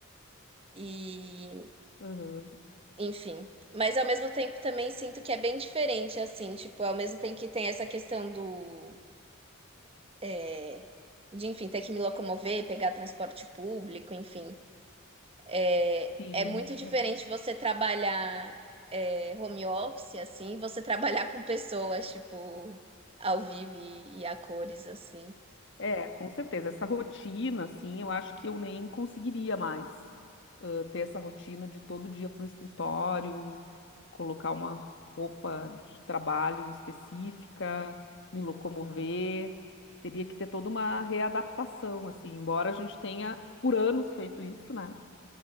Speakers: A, on the right (about 25°); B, on the left (about 55°).
A: E,
B: Uhum,
A: enfim. Mas ao mesmo tempo também sinto que é bem diferente, assim, tipo, ao mesmo tempo que tem essa questão do. é, de, enfim, ter que me locomover, pegar transporte público, enfim. É,
B: sim.
A: é muito diferente você trabalhar é, home office, assim, e você trabalhar com pessoas, tipo, ao vivo e, e a cores, assim.
B: É, com certeza. Essa rotina, assim, eu acho que eu nem conseguiria mais ah, ter essa rotina de todo dia para o escritório, colocar uma roupa de trabalho específica, me locomover. Teria que ter toda uma readaptação, assim, embora a gente tenha por anos feito isso, né?